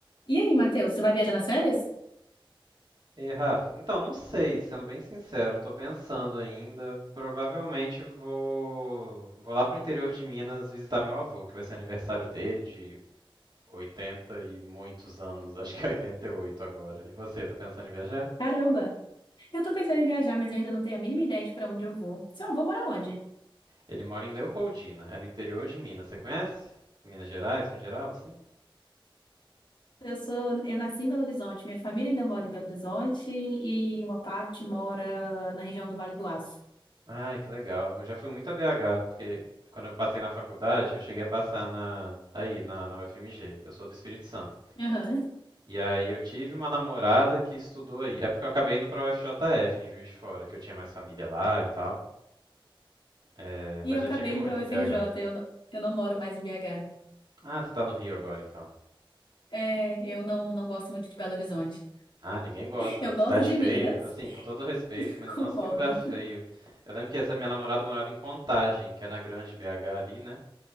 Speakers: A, on the left; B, on the right.
A: E aí, Matheus, você vai viajar nas férias?
B: E Rafa, então não sei, sendo bem sincero, estou pensando ainda. Provavelmente vou vou lá pro interior de Minas visitar meu avô, que vai ser aniversário dele de 80 e muitos anos, acho que é 88 agora. E você, tá pensando em viajar?
A: Caramba, eu tô pensando em viajar, mas eu ainda não tenho a mínima ideia de pra onde eu vou. Se vou morar onde?
B: Ele mora em Leopoldina, é no interior de Minas, você conhece? Minas Gerais, no geral, assim?
A: Eu sou, eu nasci em Belo Horizonte, minha família ainda mora em Belo Horizonte e uma parte mora na região do Vale do Aço.
B: Ai, que legal. Eu já fui muito a BH, porque quando eu passei na faculdade, eu cheguei a passar na aí na, na UFMG. Eu sou do Espírito Santo.
A: Aham.
B: E aí eu tive uma namorada que estudou aí. É porque eu acabei indo pra UFJF, em Juiz de Fora, que eu tinha mais família lá e tal. É,
A: E
B: mas
A: eu
B: já
A: acabei
B: tive muito
A: indo pra UFRJ,
B: em BH.
A: eu, n- eu não moro mais em BH.
B: Ah, você tá no Rio agora então.
A: É, eu não, não gosto muito de Belo Horizonte.
B: Ah, ninguém gosta.
A: Eu
B: Cidade
A: gosto de
B: feia.
A: Minas,
B: Assim, com todo respeito,
A: <laughs>
B: mas
A: concordo.
B: nossa, que lugar feio. Eu lembro que essa minha namorada morava em Contagem, que é na Grande BH ali, né?